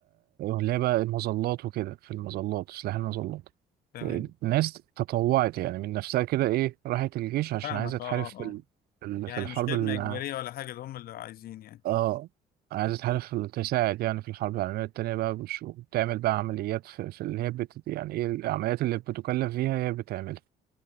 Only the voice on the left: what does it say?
تمام
فاهمك
اه
اه اه
يعني
مش خدمة
إجبارية ولا حاجة ده هم اللي عايزين يعني